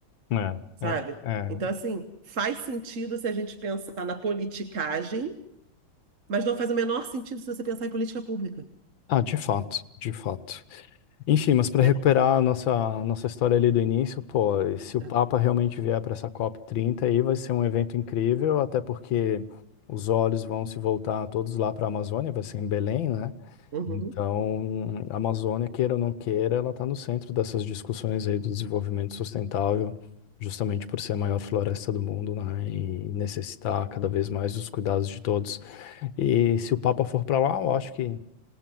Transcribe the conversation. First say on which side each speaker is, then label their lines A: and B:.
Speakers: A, on the left; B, on the right.
A: é,
B: sabe?
A: é, é.
B: Então, assim, faz sentido se a gente pensar na politicagem, mas não faz o menor sentido se você pensar em política pública,
A: Ah, de fato, de fato. Enfim, mas para
B: né?
A: recuperar a nossa, nossa história ali do início, pô, e se o
B: É.
A: Papa realmente vier para essa COP30 aí, vai ser um evento incrível, até porque os olhos vão se voltar todos lá para a Amazônia, vai ser em Belém, né?
B: Uhum.
A: Então, a Amazônia, queira ou não queira, ela está no centro dessas discussões aí do desenvolvimento sustentável, justamente por ser a maior floresta do mundo, né? E necessitar cada vez mais dos cuidados de todos. E se o Papa for para lá, eu acho que